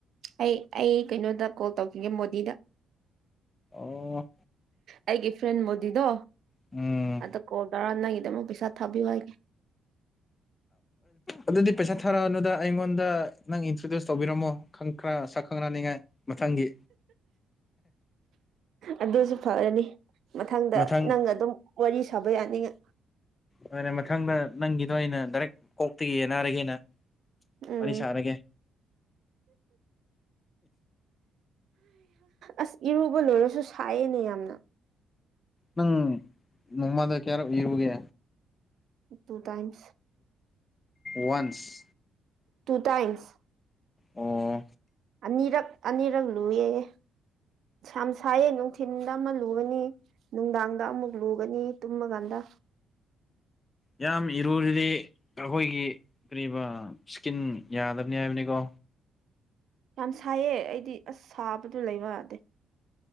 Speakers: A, on the right; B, on the left.
A: ꯑꯩ ꯑꯩ ꯀꯩꯅꯣꯗ ꯀꯣꯜ ꯇꯧꯈꯤꯒꯦ ꯃꯣꯗꯤꯗ
B: ꯑꯣ
A: ꯑꯩꯒꯤ ꯐ꯭ꯔꯦꯟ ꯃꯣꯗꯤꯗꯣ
B: ꯎꯝ
A: ꯑꯗ ꯀꯣꯜ ꯅꯪꯗ ꯑꯃꯨꯛ ꯄꯩꯁꯥ ꯊꯥꯕꯤꯌꯨ ꯍꯥꯏꯒꯦ
B: ꯑꯗꯨꯗꯤ ꯄꯩꯁꯥ ꯊꯥꯔꯛꯑꯅꯗ ꯑꯩꯉꯣꯟꯗ ꯅꯪ ꯏꯟꯇ꯭ꯔꯣꯗ꯭ꯌꯨꯁ ꯇꯧꯕꯤꯔꯝꯃꯣ ꯈꯪ ꯈ ꯁꯛꯈꯪꯅꯅꯤꯡꯉꯥꯏ ꯃꯊꯪꯒꯤ
A: ꯑꯗꯨꯁꯨ ꯐꯔꯅꯤ ꯃꯊꯪꯗ
B: ꯃꯊꯪ
A: ꯅꯪꯒ ꯑꯗꯨꯝ ꯋꯥꯔꯤ ꯁꯥꯕ ꯌꯥꯅꯤꯡꯉꯦ
B: ꯍ ꯃꯊꯪꯗ ꯅꯪꯒꯤ ꯅ ꯑꯩꯅ ꯗꯥꯏꯔꯦꯛ ꯀꯣꯛꯇꯒꯤ ꯌꯦꯟꯅꯔꯒꯦꯅ
A: ꯎꯝ
B: ꯋꯥꯔꯤ ꯁꯥꯔꯒꯦ
A: ꯑꯁ ꯏꯔꯨꯕ ꯂꯣꯏꯔꯁꯨ ꯁꯥꯏꯌꯦꯅꯦ ꯌꯥꯝꯅ
B: ꯅꯪ ꯃꯃꯗ ꯀꯦꯔꯣ ꯏꯔꯒꯦ
A: ꯇꯨ ꯇꯥꯏꯝꯁ
B: ꯋꯥꯟꯁ
A: ꯇꯨ ꯇꯥꯏꯝꯁ
B: ꯑꯣ
A: ꯑꯅꯤꯔꯛ ꯑꯅꯤꯔꯛ ꯂꯨꯌꯦꯦ ꯁ ꯁꯥꯏꯌꯦ ꯅꯨꯡꯊꯤꯜꯗ ꯑꯃ ꯂꯨꯒꯅꯤ ꯅꯨꯡꯗꯥꯡꯗ ꯑꯃꯨꯛ ꯂꯨꯒꯅꯤ ꯇꯨꯝꯃꯀꯥꯟꯗ
B: ꯌꯥꯝ ꯏꯔꯔꯗꯤ ꯑꯩꯈꯣꯏꯒꯤ ꯀꯔꯤꯕ ꯏꯁꯀꯤꯟ ꯌꯥꯗꯕꯅꯤ ꯍꯥꯏꯕꯅꯤꯀꯣ
A: ꯌꯥꯝ ꯁꯥꯏꯌꯦ ꯑꯩꯗꯤ ꯑꯁ ꯁꯥꯕꯗꯨ ꯂꯩꯕ ꯌꯥꯗꯦ